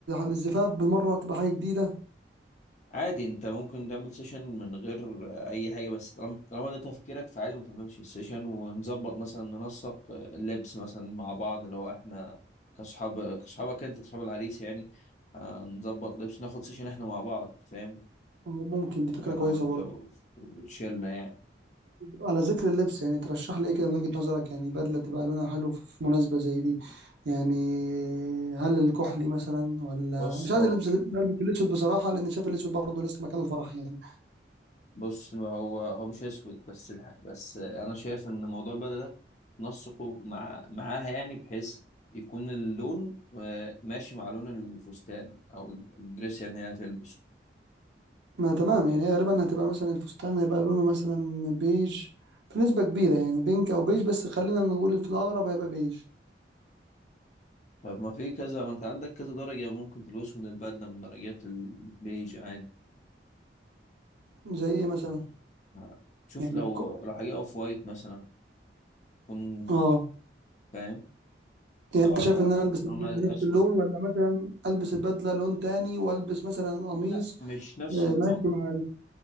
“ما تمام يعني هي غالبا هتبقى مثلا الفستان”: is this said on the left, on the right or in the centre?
Right